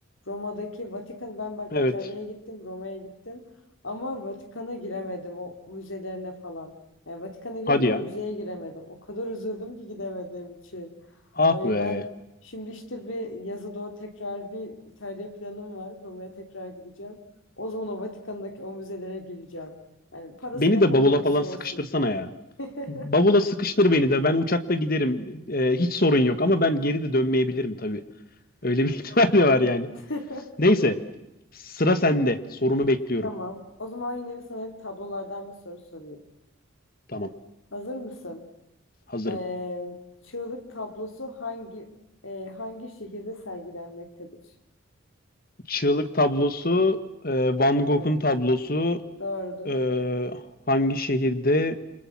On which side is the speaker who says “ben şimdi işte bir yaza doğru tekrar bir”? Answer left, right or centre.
Left